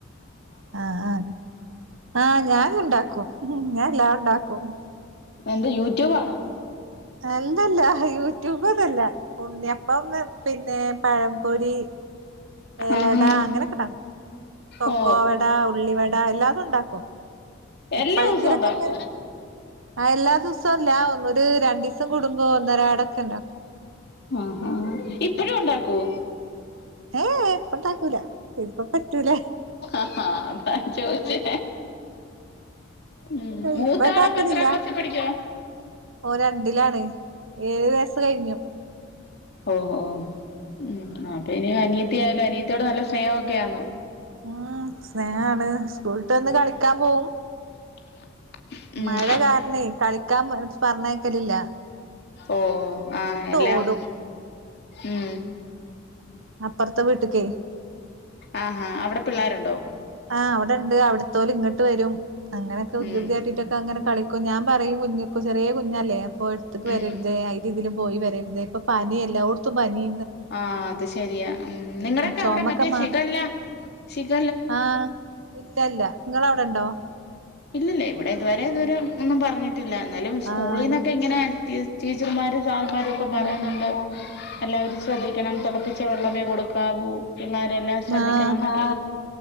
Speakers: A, on the right; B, on the left.
A: ആഹ് ആഹ് ആഹ് ആ ഞാൻ ഉണ്ടാക്കും ഞാൻ എല്ലാം ഉണ്ടാക്കും
B: എന്റ യൂട്യൂബ് ആണോ
A: അല്ലല്ല യൂട്യൂബ്ന്നുമല്ല ഉണ്ണിയപ്പം പിന്നെ പഴംപൊരി ഏലട
B: ആഹാ
A: അങ്ങനെയൊക്കെണ്ടാക്കും കൊക്കോവട
B: ഓ
A: ഉള്ളിവട എല്ലാ ടം ഉണ്ടാക്കും
B: എല്ലാ
A: എപ്പെഴങ്കിലൊക്കെ
B: ദിവസവും ഉണ്ടാക്കോ
A: അങ്ങനെ എല്ലാ ദിവസംല്ല ഒരു രണ്ടിസം കൂടുമ്പോ ഒന്നരാടൊക്കെ ഇണ്ടാക്കും
B: ആഹാ ഇപ്പഴും ഉണ്ടാക്കോ
A: ഏ ഏഇപ്പണ്ടാക്കൂല ഇപ്പ പറ്റൂല
B: ആഹാ അതാ ചോദിച്ചേ ഉം മൂത്താളപ്പോ
A: ഇപ്പ ഇണ്ടാക്കുന്നില്ല
B: എത്രാം ക്ലാസ്സിൽ പഠിക്കുവാ
A: ഓൻരണ്ടിലാണ് ഏഴ് വയസ് കഴിഞ്ഞു
B: ഓ ഓ ഉം അപ്പൊ ഇനി അനി അനിത്തിയാലോ അനീത്തിനോട്നല്ല സ്നേഹമൊക്കെ ആന്നോത്തി
A: ഉം സ്നേഹാണ് സ്കൂൾവിട്ട് വന്ന്കളിക്കാൻ പോകും
B: <inaudible> ഉം
A: മഴ കാരണേ കളിക്കാൻ പറഞ്ഞേക്കലില്ല
B: ഓ ആഎല്ലാം
A: ഓടും
B: ഉം
A: അപ്പറത്തെ വീട്ടിക്കേ
B: ആ ഹാ അവിടെ പിള്ളേരുണ്ടോ
A: ആ അവിടെണ്ടെ അവിടുത്തോലെ പോലും ഇങ്ങട്ട് വരും അങ്ങനൊക്കെ
B: ഉം
A: വികൃതിയാട്ടിട്ടൊക്കെ അങ്ങനെ കളി ഞാൻ പറയും കുഞ്ഞിക് ചെറിയ കുഞ്ഞല്ലേ പോയ്‌ എടുത്തിട്ടു
B: ഉം
A: വരരുതേ അയ് രീതിലും പോയി വരരുതേ ഇപ്പൊ പനി എല്ലാവട്ത്തും പനി
B: ആ അത് ശരിയാ നിങ്ങടെയൊ ക്കെ
A: ചൊമക്കെ
B: അവിടെ മറ്റേ ഷിഖല്ല ഷിഖ
A: ആ ഇത്തല്ല നിങ്ങടവിടുണ്ടോ
B: ഇല്ലില്ല ഇവിടെ ഇതുവരെ ഇതു വരെ ഒന്നും പറഞ്ഞിട്ട് ട്ടില്ല എന്നാലും സ്കൂളീന്നൊക്കെ
A: ആഹ്
B: ഇങ്ങനെ ഈ ടീച്ചർമാരെ സാറമ്മാരൊക്കെ പറയുന്നുണ്ടോ
A: ആഹ്
B: എല്ലാവരും ശ്രദ്ധിക്കണം തിളപ്പിച്ച വെള്ളമേ കൊടുക്കാവൂ പിള്ളേരെല്ലാം ശ്രദ്ധിക്കണം
A: ആഹ്
B: എന്നൊക്ക